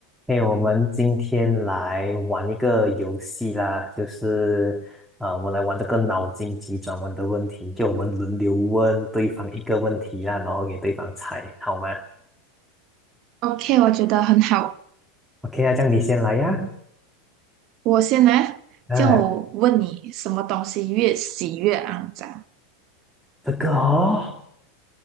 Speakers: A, in the centre; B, on the right.
A: 哎，我们今天来玩一个游戏啦，就是啊、呃我们来玩这个脑筋急转弯的问题，就我们轮流问对方一个问题啦，然后给对方猜，好吗
B: OK，我觉得很好。
A: ？OK 啊，这样你先来呀。
B: 我先来，
A: 哎、
B: 叫我问你什么东西越洗越肮脏？
A: 这个哦，